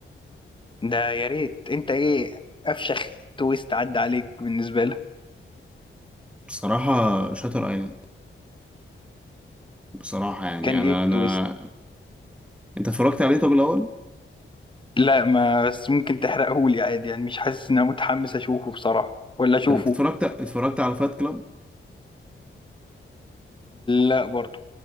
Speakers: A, on the left; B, in the centre.
A: ده يا ريت انت ايه افشخ تويست عدى عليك بالنسبة لك
B: بصراحه شاتر ايلاند بصراحه يعني
A: كان
B: انا
A: ايه التويست
B: انا انت اتفرجت عليه طب الاول
A: لا ما بس ممكن تحرقهولي عادي يعني مش حاسس ان انا متحمس اشوفه بصراحة ولا اشوفه
B: انت اتفرجت اتفرجت على فات كلاب
A: لا برضو